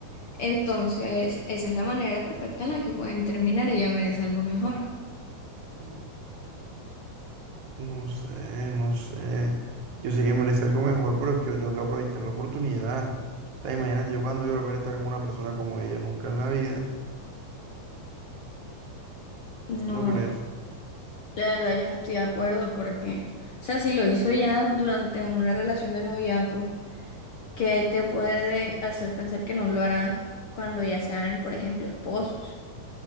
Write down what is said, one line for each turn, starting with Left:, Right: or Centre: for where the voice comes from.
Left: Entonces, esa es la manera perfecta en la que pueden terminar. Ella merece algo mejor.
Right: Mm. No sé, no sé. Yo sé que merece algo mejor, pero es que yo tengo que aprovechar la oportunidad. O sea, imagínate yo cuando yo volver a estar con una persona como ella nunca en la vida,
Left: No,
Right: ¿no crees?
Left: la verdad yo no estoy de acuerdo porque, o sea, si lo hizo ya durante una relación de noviazgo, ¿qué te puede hacer pensar que no lo hará cuando ya sean, por ejemplo, esposos?